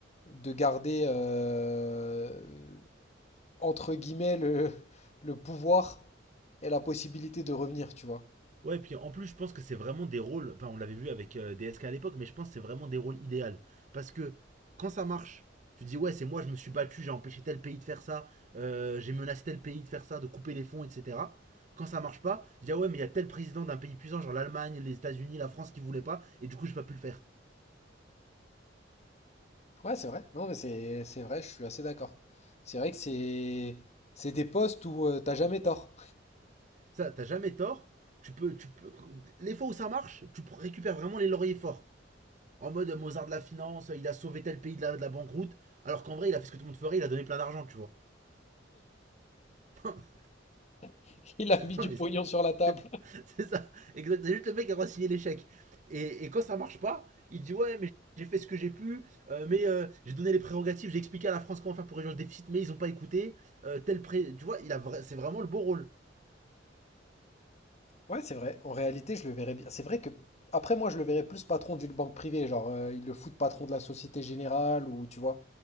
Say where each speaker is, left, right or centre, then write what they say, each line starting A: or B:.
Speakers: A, on the left; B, on the right.
A: de garder euh, entre guillemets, le, le pouvoir et la possibilité de revenir, tu vois.
B: Ouais, et puis en plus, je pense que c'est vraiment des rôles. Enfin, on l'avait vu avec euh, DSK à l'époque, mais je pense que c'est vraiment des rôles idéaux. Parce que quand ça marche, tu dis, ouais, c'est moi, je me suis battu, j'ai empêché tel pays de faire ça, euh, j'ai menacé tel pays de faire ça, de couper les fonds, etc. Quand ça marche pas, tu dis, ah ouais, mais il y a tel président d'un pays puissant, genre l'Allemagne, les États-Unis, la France qui voulait pas, et du coup, j'ai pas pu le faire.
A: Ouais, c'est vrai. Non, mais c'est c'est vrai, je suis assez d'accord. C'est vrai que c'est c'est des postes où euh, t'as jamais tort.
B: Ça, t'as jamais tort. Tu peux, tu peux- Les fois où ça marche, tu récupères vraiment les lauriers forts. en mode euh, Mozart de la finance, euh, il a sauvé tel pays de la, de la banqueroute, alors qu'en vrai, il a fait ce que tout le monde ferait, il a donné plein d'argent, tu vois. <laughs>
A: <laughs> Il a mis
B: non,
A: du
B: mais
A: pognon
B: c'est-
A: sur la table.
B: ça, exact. C'est juste le mec qui a le droit de signer l'échec. Et, et quand ça marche pas, il dit ouais, mais j'ai fait ce que j'ai pu, euh, mais euh, j'ai donné les prérogatives, j'ai expliqué à la France comment faire pour réduire le déficit, mais ils ont pas écouté. euh, tel pré... Tu vois, il a vra- c'est vraiment le beau rôle.
A: Ouais, c'est vrai. En réalité, je le verrais bien. C'est vrai que, après, moi, je le verrais plus patron d'une banque privée. Genre, euh, ils le foutent patron de la Société Générale ou, tu vois,